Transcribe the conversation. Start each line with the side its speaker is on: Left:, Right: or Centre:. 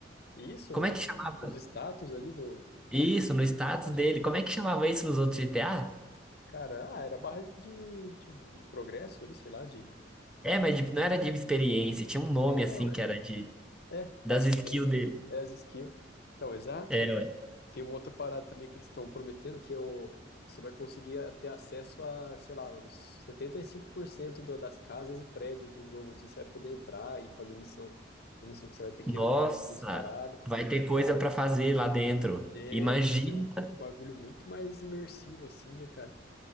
Left: E Isso,
Centre: como
Left: no,
Centre: é que
Left: no-
Centre: chamava?
Left: nos status ali do, do
Centre: Isso, no status
Left: personagem,
Centre: dele.
Left: né?
Centre: Como é que chamava isso nos outros GTA?
Left: Cara, ah, era barra de, de, de progresso ali, sei lá, de...
Centre: É, mas de- não era de experiência, tinha um nome
Left: É,
Centre: assim que era de
Left: é,
Centre: das
Left: as vivências,
Centre: skills dele.
Left: é as skills. Então, exato,
Centre: É,
Left: velho.
Centre: ué.
Left: Tem uma outra parada também que eles estão prometendo, que é o, você vai conseguir a- ter acesso a, sei lá, uns 75% do, das casas e prédios do jogo. Assim, você vai poder entrar e fazer missão. Tem missão que você vai ter
Centre: Nossa,
Left: que entrar e tem uns paradas.
Centre: vai ter coisa pra fazer lá dentro.
Left: É,
Centre: Imagina,
Left: vai ser um bagulho muito mais imersivo, assim, né, cara?